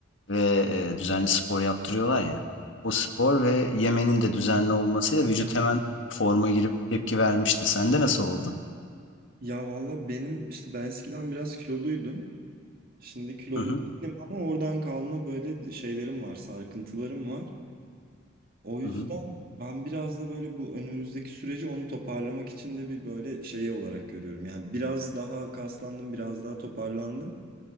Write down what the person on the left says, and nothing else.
ve, eee, düzenli spor yaptırıyorlar ya. O spor ve yemenin de düzenli olmasıyla vücut hemen forma girip tepki vermişti. Sende nasıl oldu?
Hı hı,
hı hı.